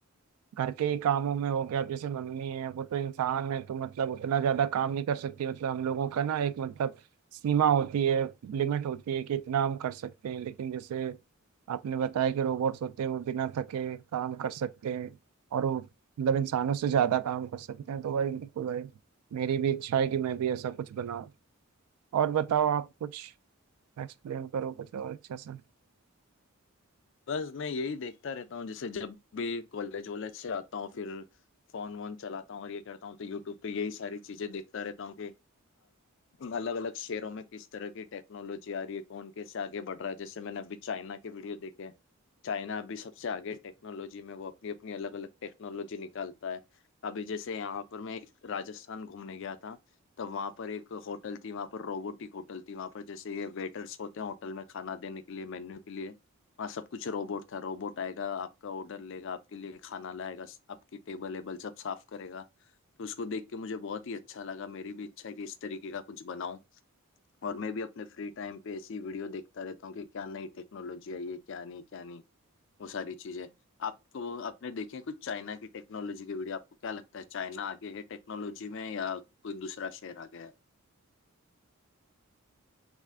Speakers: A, on the right (about 80°); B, on the left (about 55°).
A: घर के ही कामों में हो गया अब जैसे मम्मी है वो तो इंसान है तो मतलब उतना ज्यादा काम नहीं कर सकती मतलब हम लोगों का ना एक मतलब सीमा होती है लिमिट होती है कि इतना हम कर सकते हैं लेकिन जैसे आपने बताया कि रोबोट्स होते हैं वो बिना थके काम कर सकते हैं और वो मतलब इंसानों से ज्यादा काम कर सकते हैं तो भाई बिल्कुल भाई मेरी भी इच्छा है कि मैं भी ऐसा कुछ बनाऊं और बताओ आप कुछ एक्सप्लेन करो कुछ और अच्छा सा
B: बस मैं यही देखता रहता हूँ जैसे जब भी कॉलेज वॉलेज से आता हूँ फिर फोन वोन चलाता हूँ और ये करता हूँ तो यूट्यूब पे यही सारी चीजें देखता रहता हूँ कि अलग अलग शहरों में किस तरह की टेक्नोलॉजी आ रही है कौन कैसे आगे बढ़ रहा है जैसे मैंने अभी चाइना के वीडियो देखे हैं चाइना अभी सबसे आगे टेक्नोलॉजी में वो अपनी अपनी अलग अलग टेक्नोलॉजी निकालता है अभी जैसे यहाँ पर मैं एक राजस्थान घूमने गया था तब वहाँ पर एक होटल थी वहाँ पर रोबोटिक होटल थी वहाँ पर जैसे ये वेटर्स होते हैं होटल में खाना देने के लिए मेन्यू के लिए हाँ सब कुछ रोबोट था रोबोट आएगा आपका ऑर्डर लेगा आपके लिए खाना लाएगा स- आपकी टेबल वेबल सब साफ करेगा तो उसको देख के मुझे बहुत ही अच्छा लगा मेरी भी इच्छा है कि इस तरीके का कुछ बनाऊं और मैं भी अपने फ्री टाइम पे ऐसी वीडियो देखता रहता हूँ कि क्या नई टेक्नोलॉजी आई है क्या नहीं क्या नहीं वो सारी चीजें आपको आपने देखे हैं कुछ चाइना की टेक्नोलॉजी की वीडियो आपको क्या लगता है चाइना आगे है टेक्नोलॉजी में या कोई दूसरा शहर आगे है